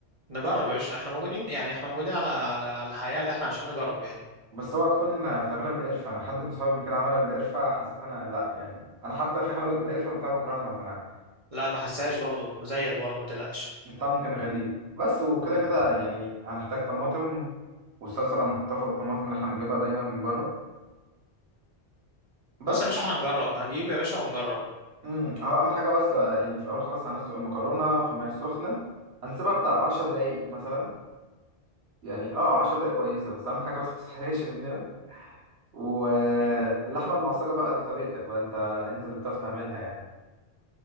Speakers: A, on the right; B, on the right.
A: نجرب يا باشا احنا موجودين يعني احنا موجودين على على على الحياه اللي احنا عشان نجرب يعني
B: بس اوعى تكون بتعملها بالقرفه انا حد من صحابي قبل كده عملها بالقرفه حسيت انا لا يعني انا حتى في حلويات
A: مم.
B: بالقرفه وبتاع بكرهها فانا
A: لا ما حسهاش برضو زيك برضو ما تقلقش
B: الطعم كان غريب بس وكده
A: مم.
B: كده يعني هنحتاج طماطم والصلصه اللي هنحطها فوق الطماطم اللي احنا بنجيبها دايما من بره بس
A: بص يا باشا احنا هنجرب هنجيب يا باشا ونجرب
B: امم هو اهم حاجه بس لا يعني في الاول خالص هنسلق المكرونه في الميه السخنه هنسيبها بتاع 10 دقايق مثلا يعني
A: مم.
B: اه 10 دقايق كويسه بس اهم حاجه بس ما تسحرقش مننا واللحمه
A: إيه.
B: المعصجه بقى دي طريقتك بقى انت انت اللي بتعرف تعملها يعني